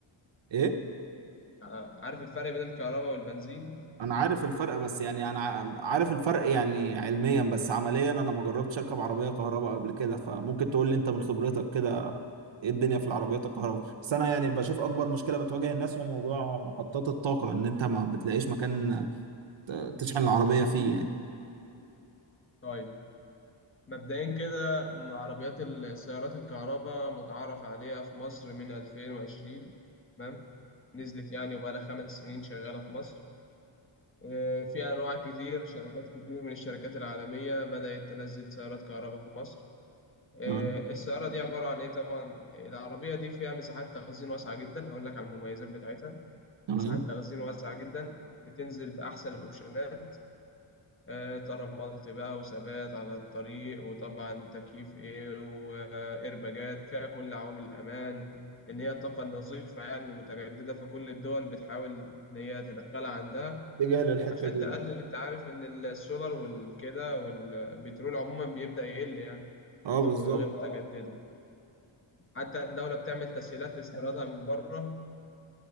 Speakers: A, on the right; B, on the left.
A: ايه
B: ع- عارف الفرق بين الكهرباء والبنزين
A: انا عارف الفرق بس يعني انا ع- عارف الفرق يعني علميا بس عمليا انا ما جربتش اركب عربيه كهرباء قبل كده فممكن تقول لي انت من خبرتك
B: مم.
A: كده ايه الدنيا في العربيات الكهرباء بس انا يعني بشوف اكبر مشكله بتواجه الناس هو موضوع محطات الطاقه ان انت ما بتلاقيش مكان تشحن العربيه فيه يعني
B: طيب مبدئيا كده عربيات السيارات الكهرباء متعارف عليها في مصر من 2020 تمام نزلت يعني وبقالها خمس سنين شغالة في مصر آه، في أنواع كتير شركات كتير من الشركات العالمية بدأت تنزل سيارات كهرباء في مصر آه،
A: تمام
B: السيارة دي عبارة عن إيه طبعا؟ العربية دي فيها مساحات تخزين واسعة جدا، هقول لك على المميزات بتاعتها،
A: تمام
B: مساحات تخزين واسعة جدا، بتنزل بأحسن الأوبشنات، آه، ترملت بقى وثبات على الطريق وطبعا تكييف إيه وإيرباجات، فيها كل عوامل الأمان، إن هي الطاقة النظيفة يعني المتجددة فكل الدول بتحاول إن هي تدخلها عندها
A: اتجاه للحته
B: عشان
A: دي
B: تقلل
A: يعني.
B: أنت عارف إن السولار والكده والبترول عموما بيبدأ يقل يعني.
A: اه
B: طاقة
A: بالظبط
B: غير متجددة حتى الدولة بتعمل تسهيلات لاستيرادها من بره